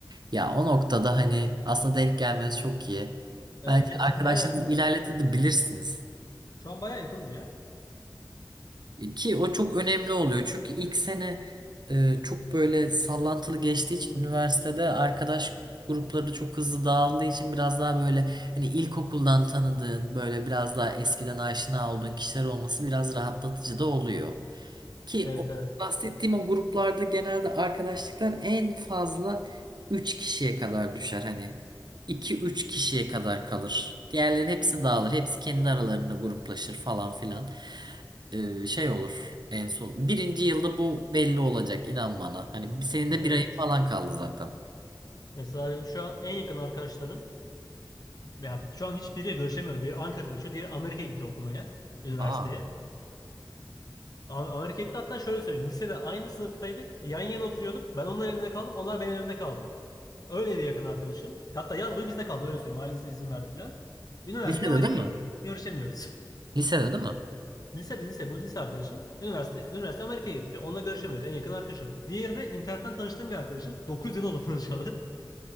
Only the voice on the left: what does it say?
Evet
evet şu
an bayağı yakınız
ya. Şu an bayağı yakınız ya.
Evet
evet
evet.
Mesela benim şu an en yakın arkadaşlarım ya şu an hiçbiriyle görüşemiyorum. Biri Ankara'da yaşıyor, diğeri Amerika'ya gitti okumaya, üniversiteye.
A- Amerika'ya gitti hatta şöyle söyleyeyim. Lisede aynı sınıftaydık. Yan yana oturuyorduk. Ben onların evinde kaldım. Onlar benim evimde kaldı. Öyle bir yakın arkadaşım. Hatta yaz boyu bizde kaldı öyle söyleyeyim. Ailesi izin verdi filan. Üniversite
Amerika'ya
gitti. Artık görüşemiyoruz. <laughs>
Lisede lise bu lise arkadaşım. Üniversite üniversite Amerika'ya gitti. Onunla görüşemiyoruz. En yakın arkadaşım. Diğeri de internetten tanıştığım bir arkadaşım. dokuz yıl oldu tanışalı.